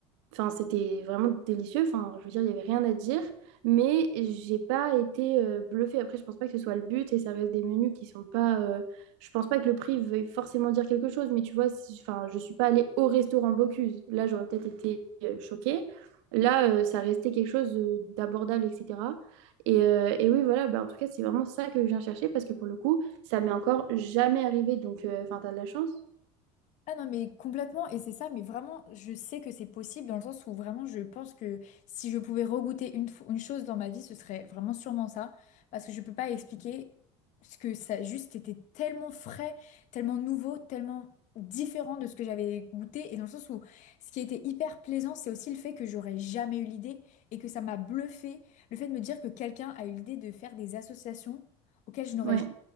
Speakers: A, on the right (about 75°); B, on the left (about 55°).
A: Enfin, c'était vraiment délicieux. Enfin, je veux dire, il n'y avait rien à dire. Mais j'ai pas été euh, bluffée. Après, je pense pas que ce soit le but et ça reste des menus qui sont pas. euh, je pense pas que le prix veuille forcément dire quelque chose. Mais tu vois, si- enfin, je suis pas allée au restaurant Bocuse. Là, j'aurais peut-être été euh, choquée. Là, euh, ça restait quelque chose de- d'abordable, etc. Et, euh, et oui, voilà, bah, en tout cas, c'est vraiment ça que je viens chercher parce que pour le coup, ça m'est encore jamais arrivé. Donc, euh, enfin, t'as de la chance.
B: Ah non, mais complètement, et c'est ça, mais vraiment, je sais que c'est possible dans le sens où vraiment, je pense que si je pouvais regoûter une, fo- une chose dans ma vie, ce serait vraiment sûrement ça, parce que je peux pas expliquer ce que ça juste était tellement frais, tellement nouveau, tellement différent de ce que j'avais goûté, et dans le sens où ce qui était hyper plaisant, c'est aussi le fait que j'aurais jamais eu l'idée, et que ça m'a bluffé, le fait de me dire que quelqu'un a eu l'idée de faire des associations auxquelles je n'aurais
A: Ouais.
B: jamais